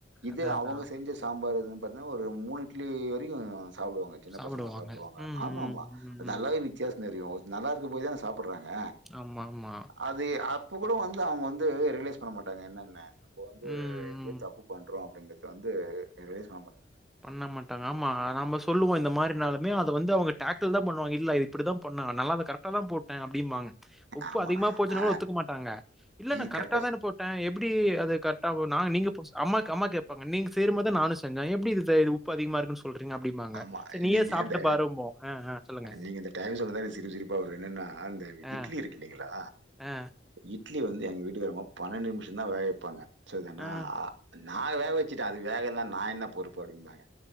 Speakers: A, on the right; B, in the centre.
A: இது
B: அதான், அதான்.
A: அவுங்க செஞ்ச சாம்பார் இதுன்னு பாத்தீங்கனா ஒரு மூணு இட்லி வரைக்கு சாப்புடுவாங்க சின்ன
B: சாப்பிடுவாங்க.
A: பசங்க சாப்புடுவாங்க
B: ம்,
A: ஆமா
B: ம்,
A: ஆமா
B: ம்,
A: அது
B: ம்.
A: நல்லாவே வித்தியாசோ தெரியு நல்லா இருக்கு போதே அத சாப்புறாங்க
B: ஆமா ஆமா
A: அது அப்ப கூட வந்து அவுங்க வந்து ரியலைஸ் பண்ண மாட்டாங்க என்னனு இப்ப வந்து
B: ம்,
A: எங்கேயோ
B: ம்.
A: தப்பு பண்றோ அப்டிங்கறத வந்து ரியலேஸ் பண்ண மாட்டங்க
B: பண்ண மாட்டாங்க ஆமா நம்ம சொல்லுவோ இந்த மாரினாலுமே அத வந்து அவுங்க டேக்கள் தா பண்ணுவாங்க இல்ல இப்டித்தா பண்ணா நல்லாத கரெக் கரெக்டா தா போட்டே அப்டின்னு வாங்க உப்பு
A: ஆமா.
B: அதிகமா போசுனா
A: ஆ
B: கூட ஒத்துக்க மாட்டாங்க இல்ல
A: இது
B: கரெக்ட்டதா
A: கரெக்ட்டா சொ
B: போ அ எப்டி அது கரெட்டாகுனா நீங்க இப் அம்மாக்கு அம்மா கேப்பாங்க நீங்க செய்யற மாரி தா நானு செஞ்சே எப்டி இது அத்த இது உப்பு அதிகமா இருக்குன்னு சொல்றீங்க அப்டிங்க
A: ஆமா.
B: சரி நீயே
A: நீங்க
B: சாப்ட்டு
A: இந்த
B: பாருன் போ அ அ சொல்லுங்க
A: நீங்க இந்த டைம் சொன்னதா சிரிப்பு சிரிப்பா வருது என்னன்னா அந்த
B: ஆ,
A: இட்லி இருக்கு இல்லங்களா
B: ஆ,
A: இட்லி வந்து எங்க வீட்டுக்காறமா பன்னெண்டு நிமிஷம் தா வேக வெப்பாங்க சேரி தானா
B: ஆ.
A: நா வேக வச்சுட்டே அது வேகலனா நா என்ன பொறுப்பு அப்டிபாங்க